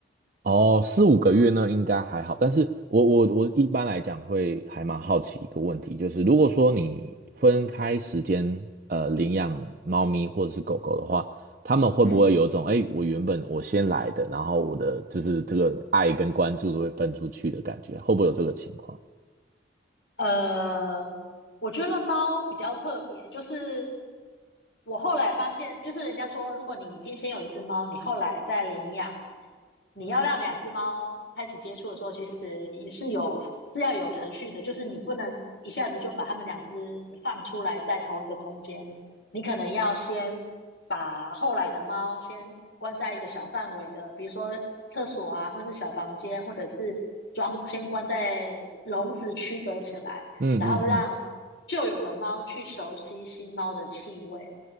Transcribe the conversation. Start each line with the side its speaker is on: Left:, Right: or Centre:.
Right: 哦，四五个月呢，应该还好。但是我我我一般来讲会还蛮好奇一个问题，就是如果说你分开时间，呃，领养猫咪或者是狗狗的话，他们会不会有一种，
Left: 嗯。
Right: 哎，我原本我先来的，然后我的就是这个爱跟关注都会分出去的感觉，会不会有这个情况？
Left: 呃，我觉得猫比较特别，就是我后来发现，就是人家说，如果你已经先有一只猫，你后来再领养，你要让两只猫开始接触的时候，其实也是有是要有程序的，就是你不能一下子就把它们两只放出来在同一个空间里，你可能要先。把后来的猫先关在一个小范围的，比如说厕所啊，或是小房间，或者是装先关在笼子区隔起来，
Right: 嗯嗯嗯。
Left: 然后让旧有的猫去熟悉新猫的气味，